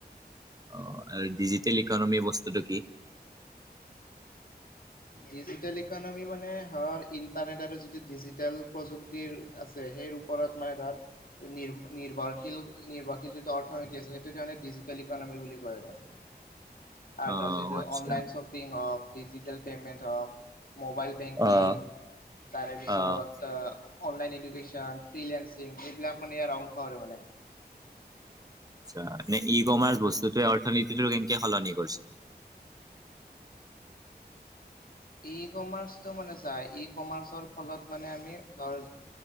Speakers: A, on the right (about 20°); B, on the left (about 60°).
A: অঁ আৰু ডিজিটেল ইকনমি বস্তুটো কি?
B: ডিজিটেল ইকনমি মানে হ'ল ইণ্টাৰনেট আৰু যিটো ডিজিটেল প্ৰযুক্তিৰ আছে। সেই সেই ওপৰত মানে ধৰ নি নিৰ্বৰশীল নিৰ্বাহশীল যিটো অৰ্থনীতি আছে সেইটো কি ডিজিটেল ইকনমি বুলি কয় আৰু
A: <inaudible>
B: আৰু তাৰ যিটো
A: আচ্ছা
B: অনলাইন চপ, চপিং হওক, ডিজিটেল পে'মেণ্ট হওক, মোবাইল বেংকিং
A: অ',
B: তাৰে পিছত,
A: অ',
B: ত অনলাইন এডুকেশ্যন, ফ্ৰীলেঞ্চিং এইবিলাক মানে ইয়াৰ অংশ আৰু মানে।
A: ই কমাৰচ বস্তুটোৱে অৰ্থনীতিটো কেনকে হলনি কৰছে?
B: ই কমাৰ্চটো মানে চা, ই কমাৰ্চৰ ফলত মানে আমি ধৰ,